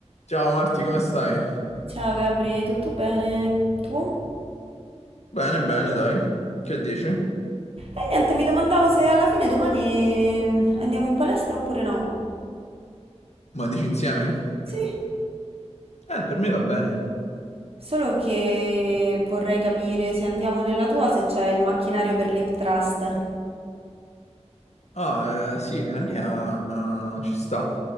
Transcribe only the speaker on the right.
Ciao Gabri, tutto bene? Tu?
E niente, mi domandavo se alla fine domani andiamo in palestra oppure no.
Sì,
solo che vorrei capire se andiamo nella tua, se c'è il macchinario per l'hip thrust.